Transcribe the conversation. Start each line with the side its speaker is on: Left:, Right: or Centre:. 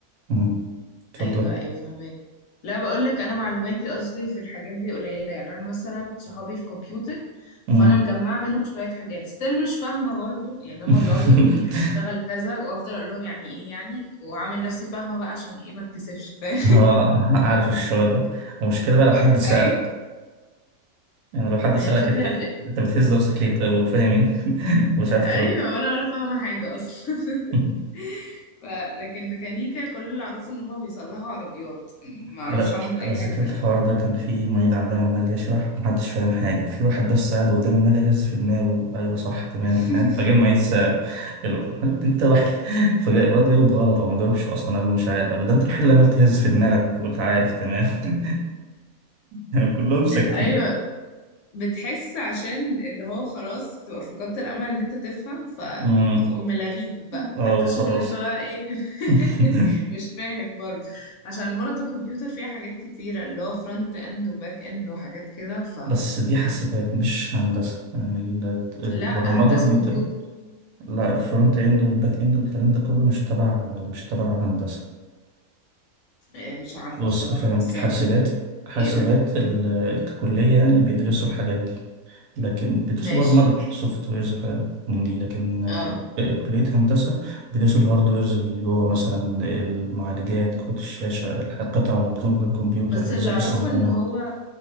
Right: مم. اتفضل
Left: ايوه ايوه فهمك لا بقول لك انا معلوماتي اصلي في الحاجات دي قليله يعني انا مثلا صحابي في كمبيوتر
Right: مم.
Left: فانا مجمعه منهم شويه حاجات ستيل مش فاهمه برضو يعني هما
Right: <laughs>
Left: بيقعدوا يقولوا لي هنشتغل كذا وافضل اقول لهم يعني ايه يعني واعمل نفسي فاهمه بقى عشان ايه ما اتكسفش فاهم
Right: اه عارف الشعور ده المشكلة بقى لو
Left: <laughs>
Right: حد سأل
Left: ايوه
Right: يعني لو حد سألك
Left: هي الفكره
Right: انت
Left: ان
Right: انت بتهز راسك ليه طيب وفاهم ايه <laughs> انت مش
Left: ايوه
Right: عارف ترد
Left: وانا ولا فاهمه حاجه اصلا
Right: <laughs>
Left: <laughs> ف... لكن ميكانيكا كل اللي اعرفه ان هم بيصلحوا عربيات ما اعرفش
Right: على
Left: عنهم اي
Right: على ذكر
Left: حاجة تانية
Right: الحوار ده كان في معيد عندنا عمال يشرح محدش فاهم حاجة وفي واحد بس قاعد قدام عمال يهز في دماغه أيوة صح تمام
Left: <laughs>
Right: تمام فجاء المعيد سأله قال له "أمال أنت وحيد <laughs> فجاء الواد جاوب غلط أو ما جاوبش أصلا قال له مش عارف قال له ده أنت الوحيد اللي عمال تهز في دماغك وأنت قلت عارف تمام <laughs> يعني كلهم ساكتين
Left: ايوه بتحس عشان اللي هو خلاص بتبقى فقدت الامل ان انت تفهم فبتقوم
Right: امم
Left: ملاغيهم بقى
Right: اه
Left: تكتشف
Right: وخلاص
Left: ان انت بقى ايه
Right: <laughs>
Left: <laughs> مش فاهم برضه عشان برضه الكمبيوتر فيها حاجات كتيرة اللي هو فرونت اند وباك اند وحاجات كده ف
Right: بس دي حاسبات مش هندسة يعني ال- البرمجة
Left: لا هندسة
Right: دي
Left: كمبيوتر
Right: تب... لا الفرونت اند والباك اند والكلام ده كله مش تبع مش تبع هندسة
Left: إيه، مش عارفة
Right: بص
Left: الصراحة
Right: فاهم
Left: بس
Right: حاسبات
Left: يعني ال-
Right: حاسبات
Left: ايه قولي
Right: ال- ككلية يعني بيدرسوا الحاجات دي لكن بيدرسوا
Left: ماشي
Right: برمجة سوفت ويرز وحاجات من دي لكن
Left: اه
Right: آه، كلية هندسة بيدرسوا الهاردويرز اللي جوه مثلا المعالجات كروت الشاشة القطع اللي بتكون بالكمبيوتر
Left: بس
Right: ازاي
Left: اللي اعرفه
Right: بيصمموها
Left: ان هو